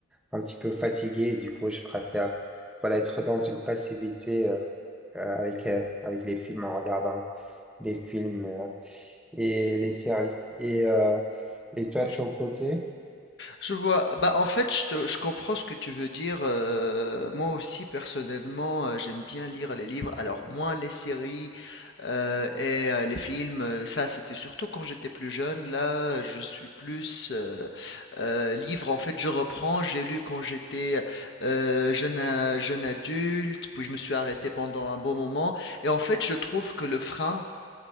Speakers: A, in the centre; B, on the left.
A: un, petit peu fatigué et du coup, je préfère voilà, être dans une passivité euh, euh, avec, euh, avec les films en regardant les films euh, et les séries. Et, euh, et toi, de
B: je
A: ton côté?
B: Je vois. Bah, en fait, je te- je comprends ce que tu veux dire. euh, moi aussi, personnellement, euh, j'aime bien lire les livres. Alors, moins les séries euh, et euh, les films. euh, Ça, c'était surtout quand j'étais plus jeune. Là, je suis plus euh, euh, livre. En fait, je reprends. J'ai lu quand j'étais euh, jeune, a- jeune adulte, puis je me suis arrêté pendant un bon moment. Et en fait, je trouve que le frein